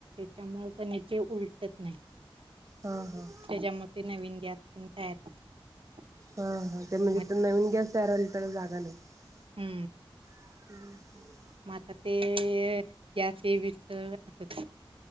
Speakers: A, on the right (about 75°); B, on the right (about 35°).
A: त्यामुळे कणी ते उलटत नाही.
B: हां हां
A: त्याच्या मध्ये नवीन, गॅस तेन तयार <unintelligible>
B: हां. ते म्हणजे
A: नाही.
B: नवीन गॅस तयार व्हायला जागा. <unintelligible>
A: हम्म.
B: <inaudible>
A: म आता ते गॅस हे व्हीस तवर